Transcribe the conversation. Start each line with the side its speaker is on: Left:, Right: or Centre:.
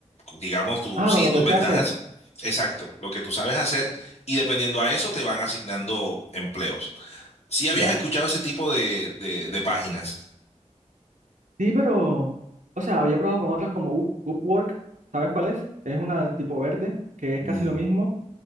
Left: digamos, tus,
Right: Ah,
Left: sí,
Right: con lo
Left: tus
Right: que
Left: ventajas.
Right: sé hacer.
Left: Exacto, lo que tú sabes hacer y dependiendo a eso te van asignando empleos. Si habías
Right: Ya.
Left: escuchado ese tipo de, de- de páginas?
Right: Sí, pero. O sea, había probado con otras como Up- Upwork. ¿Sabes cuál es? Es una tipo verde, que es
Left: Mm,
Right: casi lo mismo,